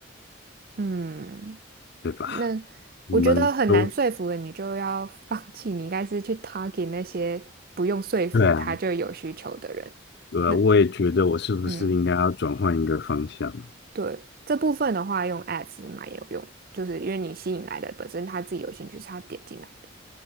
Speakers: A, on the right (about 45°); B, on the left (about 55°).
A: 嗯，
B: 对吧？
A: 那我觉得很难说服人，
B: 我们都
A: 你就要放 <laughs> 弃。你应该是去 target 那些不用说服他就有需求的人。
B: 对啊，对啊，
A: 那
B: 我也觉得我是不是应该要转换一个方向？
A: 嗯。对，这部分的话，用 ads 蛮有用，就是因为你吸引来的本身他自己有兴趣，是他点进来的。